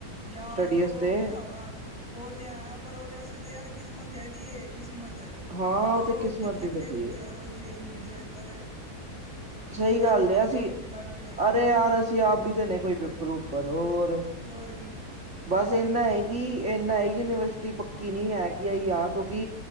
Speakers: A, in the centre; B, on the right.
A: ਯਾਰ
B: ਸਟੱਡੀ
A: ਉ
B: ਵਾਸਤੇ
A: ਖਰਾਵਾ ਉਹ ਤੇ ਹੈ ਪਰ ਉਦੇ ਆਸਤੇ ਤਾਂ ਯਾਰ ਕਿਸਮਤ ਚਾਈਦੀ ਏ ਕਿਸਮਤ
B: ਹਾਂ ਉਹ
A: ਉ
B: ਤੇ ਕਿਸਮਤ
A: ਕਿੱਥੇ
B: ਦੀ
A: ਕਲੀਅਰ
B: ਲਿਖੀ
A: ਹੁੰਦੇ
B: ਹੈ।
A: ਯਾਰ ਉ ਚੇ ਆਈ ਨੀਟਸ‌ ਦੇ ਪੇਪਰ ਉ
B: ਸਹੀ
A: ਤੇ ਕਿਸਮਤ
B: ਗੱਲ
A: ਚਾਈਦੀ
B: ਅਸੀਂ
A: ਏ ਕਿ ਲੱਗ ਗੀ ਲੱਗ ਗੀ
B: ਅਰੇ ਯਾਰ ਅਸੀਂ ਆਪ ਣੀ ਦੇਣੇ ਕੋਈ ਪੇਪਰ ਪੁਪਰ ਹੋਰ
A: ਤੇ ਹੋਰ ਕੀ
B: ਬਸ
A: ਬਾਕੀ
B: ਇੰਨਾ ਏ ਕਿ ਇਨਾ ਯੂਨੀਵਰਸਿਟੀ ਪੱਕੀ ਨੀ ਹੈ ਕਿ ਆ ਆ ਕਿਉਂਕਿ